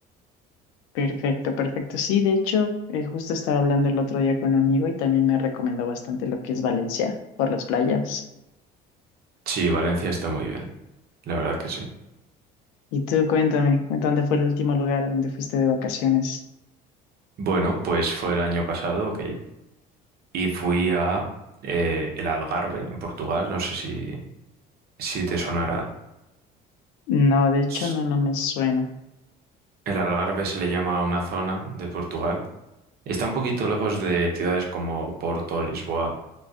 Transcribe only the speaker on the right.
Sí, Valencia está muy bien, la verdad que sí.
Bueno, pues fue el año pasado, ok, y fui a eh, el Algarve, en Portugal, no sé si, si te sonará.
S-
El Algarve se le llama a una zona de Portugal. Está un poquito lejos de ciudades como Porto, Lisboa,